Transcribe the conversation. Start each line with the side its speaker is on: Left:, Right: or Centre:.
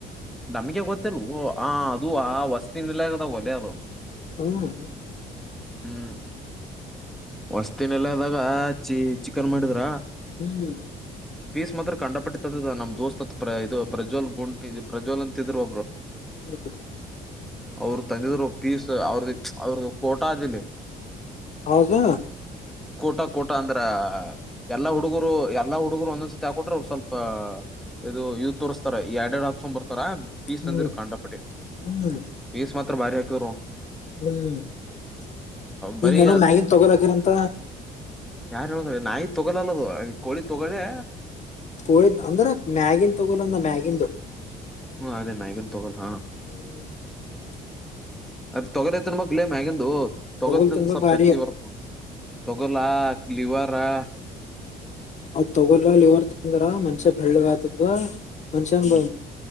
Centre: ನಮ್ಗೆ ಗೊತ್ತಲ್ ಆ ಅದು ಹಾ ವಸ್ತಿ ನಿಲ್ಲದಗಲ್ಲ ಅದು
Left: ಹ್ಮ್
Centre: ಹ್ಮ್ ಹೊಸ್ತಿನ ಎಲ್ಲಾ ಇದಾಗ ಚಿ ಚಿಕನ್ ಮಾಡಿದ್ರ
Left: ಹ್ಮ್ ಹ್ಮ್
Centre: ಸ್ ಮಾತ್ರ ಕಂಡಪಟ್ಟಂದ ನಮ್ ದೋಸ್ತ್ ಇದು ಪ್ರಜ್ವಲ್ ಗುಂಡ ಇದು ಪ್ರಜ್ವಲ್ ಅಂತ ಇದ್ರರು
Left: ಹ್ಮ
Centre: ಅವರು ತಂದಿದ್ರು ಪೀಸ್ ಅವ್ರ ಅವರು ಕೋಟಾರಲ್ಲಿ
Left: ಹೌದಾ
Centre: ಕೋಟ ಕೋಟ ಅಂದ್ರ ಎಲ್ಲಾ ಹುಡುಗರು ಎಲ್ಲಾ ಹುಡುಗರು ಒಂದೊಂದ್ಸತಿ ಹಾಕೊಟ್ರೆ ಸ್ವಲ್ಪ ಇದು ಯತ್ ತೋರಿಸತಾರೆ ಈ ಎಡಡ್ ಆಪ್ಸನ್ ಬರ್ತಾರ ಪೀಸ್
Left: ಹ್ಮ್
Centre: ತಂದಿರು ಕಂಡಪಟ್ಟಿ
Left: ಹ್ಮ್
Centre: ಪೀಸ್ ಮತ್ತೆ ಹತ್ರ ಭಾರ ಕರ್ಣ
Left: ಹ್ಮ್ ಹಂಗ
Centre: ಬರೀ
Left: ಏನೋ ಮ್ಯಾಗಿನ್ ತಗೋಲ್ ಹಾಕಿರಂತ
Centre: ಯಾರ್ು ಹೇಳುದ ನಾಯಿ ತೊಗೋಲ್ಲದು ಕಳಿ ತೊಗೊಳ್ಳೆ
Left: ಕೋಳಿದ್ ಅಂದ್ರ ಮ್ಯಾಗಿನ್ ತಗೋಲಂದ ಮ್ಯಾಗಿನ್ಂದು
Centre: ಹ್ಮ್ ಅದೇ ಮ ಈಗನ್ ತಗೋಲ್ಲಾ
Left: ಹ್ಮ್
Centre: ಅದ ತೊಗೋಲತಿನ್ ಮಕ್ಲೇ ಮಗಂದು ತೊಗೋಲ್ತನ್
Left: ತೊಗೋಲ್ ತಿನ್ಬೇಕ್
Centre: ಸ್ವಲ್ಪ್
Left: ಬಾರಿ
Centre: ಶಕ್ತಿ ಬರುತ್ತ ತೊಗಲಾ ಲವಾರಾ
Left: ಅದ್ ತಗೋಲ್ಲ್ಇವರ್ ತಂದ್ರ ಮನ್ಷ್ ಬೆಳ್ಳಗ್ ಆತದ ಮನ್ಷನ್
Centre: ಹ್ಮ್